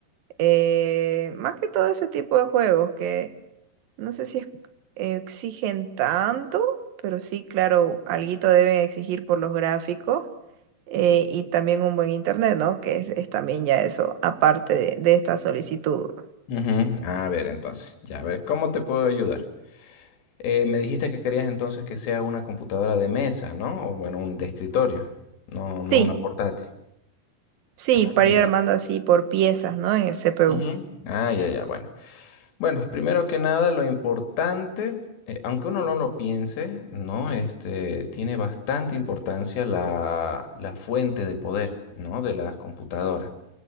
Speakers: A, on the right; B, on the left.
A: eh, más que todo ese tipo de juegos que no sé si es- exigen tanto, pero sí, claro, alguito deben exigir por los gráficos eh, y también un buen internet, ¿no? Que es, es también ya eso, aparte de, de esta solicitud.
B: Ujú. Ah, A ver, entonces, ya, a ver, ¿cómo te puedo ayudar? Eh, me dijiste que querías entonces que sea una computadora de mesa, ¿no? O bueno, un de escritorio, no, no
A: Sí,
B: una portátil.
A: sí,
B: Ah,
A: para
B: ya,
A: ir
B: ya.
A: armando así por piezas, ¿no? En el CPU.
B: Ujú. Ah, ya, ya, bueno. Bueno, primero que nada, lo importante, eh, aunque uno no lo piense, ¿no? Este, tiene bastante importancia la, la fuente de poder, ¿no? De las computadoras.